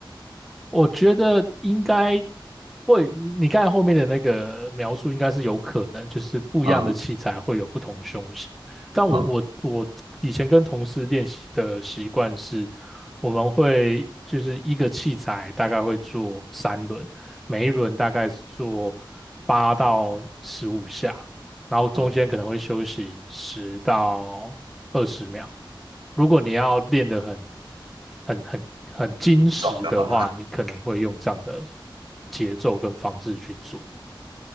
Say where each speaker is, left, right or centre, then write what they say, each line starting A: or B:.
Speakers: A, in the centre; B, on the right.
A: 我觉得应该会，你刚才后面的那个描述应该是有可能，就是不一样的器材会有不同胸型。
B: 嗯
A: 但我我我以前跟同事练习的习惯是，
B: 嗯。
A: 我们会就是一个器材大概会做三轮，每一轮大概是做八到十五下，然后中间可能会休息十到二十秒，
B: 哦
A: 如果你要练得很、很、很、很精实的话，
B: 壮 <laughs> 就好。
A: 你可能会用这样的节奏跟方式去做。